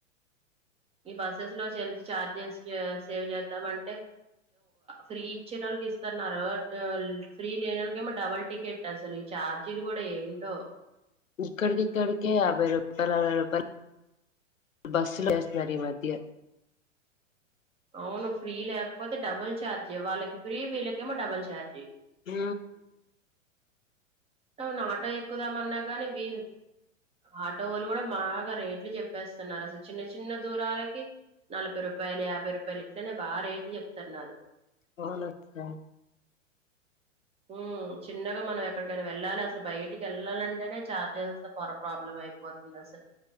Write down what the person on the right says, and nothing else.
ఈ బస్సెస్ లో చా ఛార్జెస్ సేవ్ చేద్దాం అంటే ఫ్రీ ఇచ్చేటోళ్ళకి ఇ స్తున్నారు ఫ్రీ లేన వాళ్క ఏమో డబల్ టికెట్ అసలు ఈ ఛార్జీలు కూడా ఏంటో
అవును ఫ్రీ లేకపోతే డబుల్ ఛార్జ్ వాళ్ళకి ఫ్రీ వీళ్ళకేమో డబుల్ ఛార్జ్
అవును ఆటో ఎక్కుదామన్నా గాని వి ఆటో వాళ్ళు కూడా బాగా రేట్లు చెప్పేస్తున్నారు అసలు చిన్న చిన్న దూరాలకి నలభై రూపాయలు యాభై రూపాయలు ఇట్లనే బాగా రేట్లు చెప్తున్నారు
ఉ చిన్నగా మనం ఎక్కడికైనా వెళ్ళాలి అసలు బయటికి వెళ్ళాలంటేనే చార్జెస్ పొర ప్రాబ్లం అయిపోతుంది అసలు